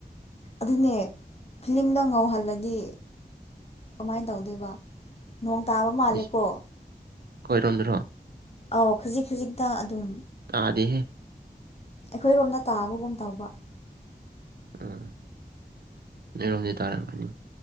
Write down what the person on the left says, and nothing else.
ꯑꯗꯨꯅꯦ ꯐꯤꯂꯝꯗꯣ ꯉꯧꯍꯜꯂꯗꯤ ꯀꯃꯥꯏꯅ ꯇꯧꯗꯣꯏꯕ ꯅꯣꯡ ꯇꯥꯕ ꯃꯥꯜꯂꯦꯀꯣ
ꯑꯥꯎ ꯈꯖꯤꯛ ꯈꯖꯤꯛꯇ ꯑꯗꯨꯝ
ꯑꯩꯈꯣꯏꯔꯣꯝꯗ ꯇꯥꯕꯒꯨꯝ ꯇꯧꯕ